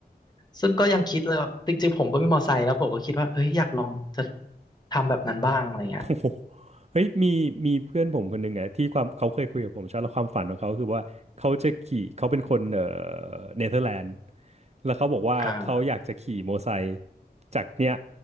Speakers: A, on the left; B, on the right.
A: ซึ่งก็ยังคิดเลยว่าจริงๆผมก็มีมอไซค์แล้วผมก็คิดว่าเอ้ยอยากลองจะทำแบบนั้นบ้างอะไรเงี้ย
B: โอ้โหเฮ้ยมีมีเพื่อนผมคนหนึ่งอะที่ความเขาเคยคุยกับผมใช่ไหมแล้วความฝันของเขาคือว่าเขาจะขี่เขาเป็นคนเอ่อเนเธอร์แลนด์แล้วเขาบอกว่าเขาอยากจะขี่มอไซค์
A: อ่า
B: จากเนี้ย